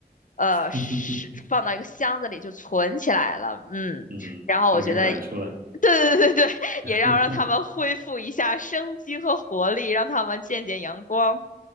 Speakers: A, on the left; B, on the right.
A: 呃是放到一个箱子里就存起来了，
B: <laughs>
A: 嗯。
B: 嗯，
A: 然后我觉得
B: 再给摆出来。
A: <laughs> 对对对对，也要让他们恢复一下生机和活力，
B: <laughs>
A: 让他们见见阳光。